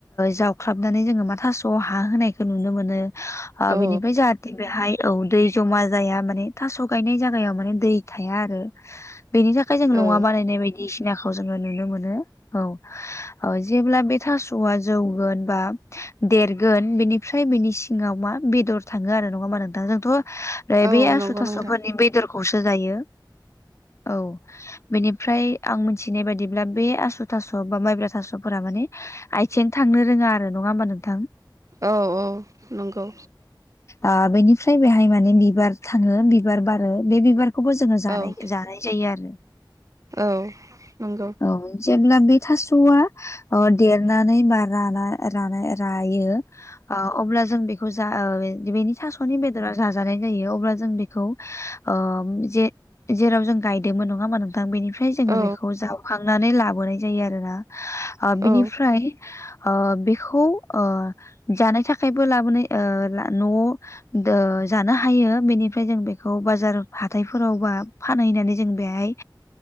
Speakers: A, on the left (about 35°); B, on the right (about 45°).
A: जावख्लाबनानै जोङो मा थास'आव हा होनायखौ नुनो मोनो। ओ
B: औ
A: बिनिफ्राय जाहाथे बेहाय औ दै जमा जाया माने थास' गायनाय जायगायाव माने दै थाया आरो। बेनि थाखाय जों लङा
B: औ
A: बानायनाय बायदि दिसिनाखौ जों नुनो मोन औ औ जेब्ला बे थास' आ जौगोन बा देरगोन बेनिफ्राय बेनि सिङाव मा बेदर थाङो आरो नङा मा नोंथां जोंथ'
B: औ
A: बे आसु
B: नंगौ
A: थास'फोरनि
B: नोंथां
A: बेदरखौसो जायो औ बेनिफ्राय आं मिथिनाय बादिब्ला बे आसु थास' बा माइब्रा थास'फोरा माने आथिं थांनो रोङा आरो नङा होमबा नोंथां।
B: औ औ नंगौ।
A: आ बेनिफ्राय बेहाय माने बिबार थाङो बिबार बारो बे बिबार खौबो जोङो जानाय
B: औ
A: जानाय जायो आरो।
B: औ नंगौ।
A: औ जेब्ला बे थास'आ ओ देरनानै बा राना रानाय रायो ओ अब्ला जों बेखौ जा बेनि थास'नि बेदरा जाजानाय जायो अब्ला जों बेखौ अ जे जेराव जों गायदोंमोन नङा होमा नोंथां बेनिफ्राय जोङो
B: औ
A: बेखौ जावखांनानै लाबोनाय जायो आरोना
B: औ
A: बिनिफ्राय ओ बेखौ ओ जानाय थाखायबो लाबोनाय न'आव द जानो हायो बेनिफ्राय जों बेखौ बाजार हाथथायफोरावबा फानहैनानै जों बेहाय